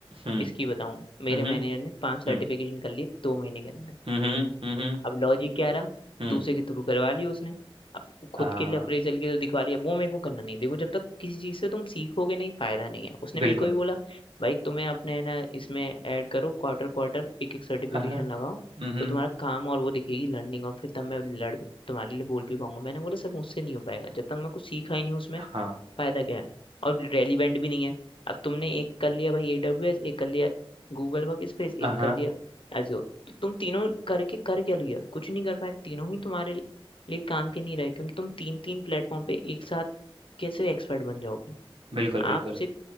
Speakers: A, on the right (about 70°); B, on the left (about 65°).
A: हम्म
B: इसकी बताऊं मेरे
A: हम्म
B: मैनेजर ने पांच सर्टिफिकेशन
A: हम्म
B: कर ली दो महीने के अंदर
A: हम्म हम्म
B: अब लॉजिक क्या रहा
A: हम्म
B: दूसरे के थ्रू करवा ली उसने अब
A: आ
B: खुद के लिए अप्रेजल के तो दिखवा लिया वो मेरे को करना नहीं देखो जब तक किसी चीज से तुम सीखोगे नहीं फायदा नहीं है उसने
A: बिल्कुल
B: मेरे को भी बोला भाई तुम्हें अपने है ना इसमें ऐड करो क्वार्टर क्वार्टर एक एक सर्टिफिकेशन
A: अहाँ
B: लगाओ
A: हम्म
B: तो तुम्हारा काम और वो दिखेगी लर्निंग और फिर तब मैं लड़ तुम्हारे लिए बोल भी पाऊंगा मैंने बोला सर मुझसे नहीं हो पाएगा जब तक मैं कुछ सीखा ही नहीं उसमें
A: हाँ
B: फायदा क्या है और रेलिवेंट भी नहीं है अब तुमने एक कर लिया भाई एडब्ल्यूएस एक कर लिया गूगल वर्क स्पेस एक
A: अहाँ
B: कर लिया एजोर तो तुम तीनों करके कर क्या लिया कुछ नहीं कर पाए तीनों ही तुम्हारे लिए काम के नहीं रहे क्योंकि तुम तीन तीन प्लेटफॉर्म पे एक साथ कैसे एक्सपर्ट बन जाओगे
A: बिल्कुल
B: आप
A: बिल्कुल
B: सिर्फ